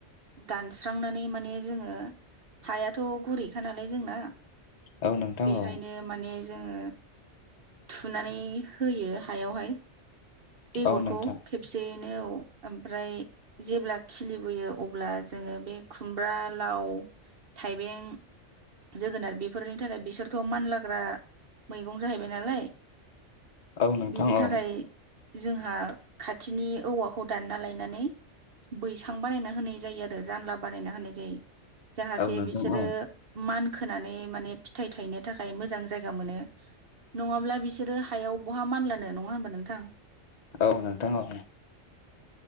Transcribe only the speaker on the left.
औ नोंथां
औ
औ नोंथां
औ नोंथां
औ
औ नोंथां
औ
औ नोंथां औ